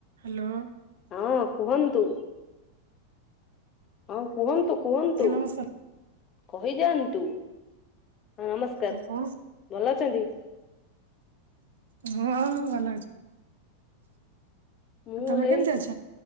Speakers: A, on the right; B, on the left.
A: Hello.
B: ହଁ କୁହନ୍ତୁ ହଁ କୁହନ୍ତୁ କୁହନ୍ତୁ?
A: ଆଜ୍ଞା ନମସ୍କାର
B: କହିଯାଆନ୍ତୁ ଅଁ ନମସ୍କାର
A: ଆଉ କଣ
B: ଭଲ ଅଛନ୍ତି?
A: ହଁ ମୁଁ ଭଲ ଅଛି।
B: ମୁଁ
A: ଆଉ ତମେ
B: ହେଇ
A: କେମିତି ଅଛ